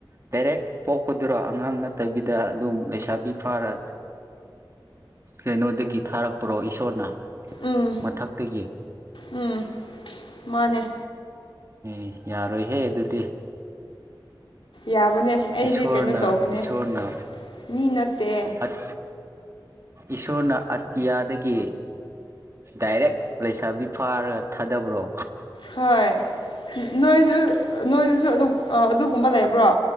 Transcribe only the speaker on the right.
ꯗꯥꯏꯔꯦꯛ ꯄꯣꯛꯄꯗꯨꯔꯣ ꯑꯉꯥꯡ ꯅꯠꯇꯕꯤꯗ ꯑꯗꯨꯝ ꯂꯩꯁꯥꯕꯤ ꯐꯥꯔ ꯀꯩꯅꯣꯗꯒꯤ ꯊꯥꯔꯛꯄ꯭ꯔꯣ ꯏꯁꯣꯔꯅ
ꯃꯊꯛꯇꯒꯤ?
ꯝ ꯌꯥꯔꯣꯏꯍꯦ ꯑꯗꯨꯗꯤ
ꯏꯁꯣꯔꯅ
ꯏꯁꯣꯔꯅ
ꯐꯠ ꯏꯁꯣꯔꯅ ꯑꯇꯤꯌꯥꯗꯒꯤ ꯗꯥꯏꯔꯦꯛ ꯂꯩꯁꯥꯕꯤ ꯐꯥꯔꯒ ꯊꯥꯗꯕ꯭ꯔꯣ